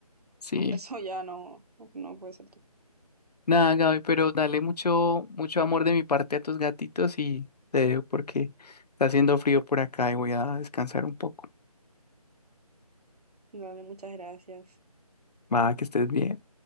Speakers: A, on the left; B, on the right.
A: Sí,
B: Eso ya no, no puede ser.
A: nada, Gaby, pero dale mucho, mucho amor de mi parte a tus gatitos y te dejo porque está haciendo frío por acá y voy a descansar un poco.
B: Dale, muchas gracias.
A: Va, que estés bien.